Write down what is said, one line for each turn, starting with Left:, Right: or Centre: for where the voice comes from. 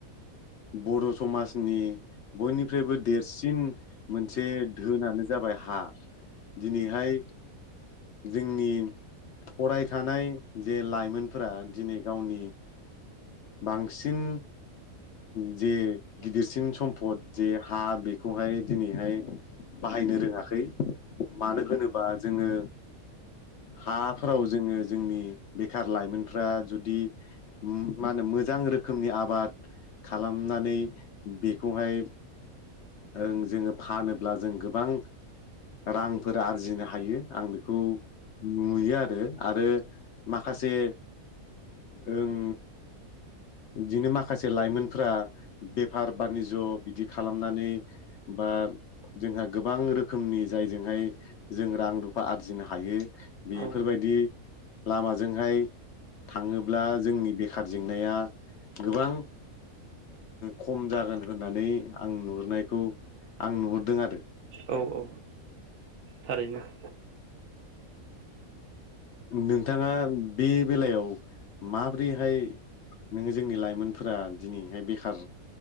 Left: बर' समाजनि बयनिफ्रायबो देरसिन मोनसे धोनानो जाबाय हा दिनैहाय जोंनि फरायखानाय जे लाइमोनफोरा दिनै गावनि बांसिन जे गिदिरसिन सम्फद जे हा बेखौहाय दिनैहाय बाहायनो रोङाखै मानो होनोब्ला बा जोङो हाफोराव जोङो जोंनि बेखार लाइमोनफ्रा जुदि मा होनो मोजां रोखोमनि आबाद खालामनानै बेखौहाय ओ जोङो फानोब्ला जों गोबां रांफोर आरजिनो हायो आं बेखौ नुयो आरो आरो माखासे ओं बिदिनो माखासे लाइमोनफ्रा बेफार बानिज्य बिदि खालामनानै बा जोंहा गोबां रोखोमनि जायजोंहाय जों रां रुफा आरजिनो हायो बेफोरबायदि
Right: औ
Left: लामाजोंहाय थाङोब्ला जोंनि बे बेखार जेंनाया गोबां खम जागोन होननानै आं नुहुरनायखौ आं नुहुरदों आरो
Right: औ औ थारैनो <inaudible>
Left: नोंथाङा बे बेलायाव माबोरैहाय नोङो जोंनि लाइमोनफोरा दिनैहाय बेखार